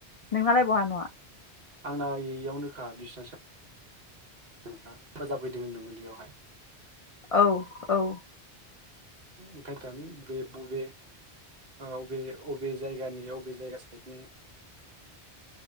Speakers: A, on the left (about 50°); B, on the right (about 60°).
A: नोंलाय बहा न'वा
B: आंना इयावनोखा बिस्वनाथ <unintelligible> फोजाफैदों होनदोंमोन बेयावहाय
A: औ-औ
B: ओंखायथ' बेे बबे औ वबे-वबे जायगानि वबे जायगा साइदनि